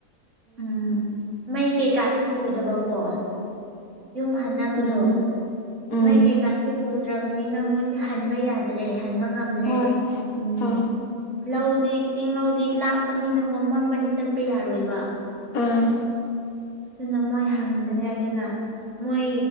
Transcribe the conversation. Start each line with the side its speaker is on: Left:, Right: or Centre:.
Right: ꯎꯝ ꯃꯩ ꯀꯩꯀꯥꯁꯨ ꯄꯨꯗꯕꯀꯣ ꯌꯨꯝ ꯍꯟꯅꯕꯗꯣ
Left: ꯎꯝ ꯎꯝ
Right: ꯃꯩ ꯀꯩꯀꯥꯁꯦ ꯄꯨꯗ꯭ꯔꯕꯅꯤꯅ ꯃꯣꯏꯁꯦ ꯍꯟꯕ ꯌꯥꯗ꯭ꯔꯦ ꯍꯟꯕ ꯉꯝꯗ꯭ꯔꯦ
Left: ꯍꯣꯏ
Right: ꯎꯝ
Left: ꯑꯥ
Right: ꯂꯧꯗꯤ ꯆꯤꯡ ꯂꯧꯗꯤ ꯂꯥꯞꯄꯅꯤꯅꯀꯣ ꯃꯃꯗꯤ ꯆꯠꯄ ꯌꯥꯔꯣꯏꯕ
Left: ꯑꯥ
Right: ꯑꯗꯨꯅ ꯃꯣꯏ ꯍꯪꯗ꯭ꯔꯦ ꯑꯗꯨꯅ ꯃꯣꯏ